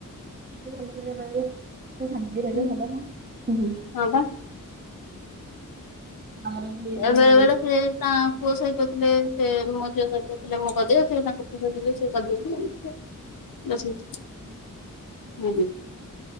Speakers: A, on the right (about 30°); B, on the left (about 90°).
A: ସେ ଭଲରେ ରହିବ <unintelligible>
B: ହଁ
A: ହୁଁ।
B: ବା
A: ଆମର ବୋଲି
B: ବେଳେ
A: ମାନେ
B: ବେଳେ ସେ ତା ପୁଅ ସହିତଥିଲେ ସେ ମୋ ଝିଅ ସହିତଥିଲେ ମଁ କରିଦେ ସେ ତାଙ୍କୁ ପୂଜଥିଲେ ସେ <unintelligible> <unintelligible>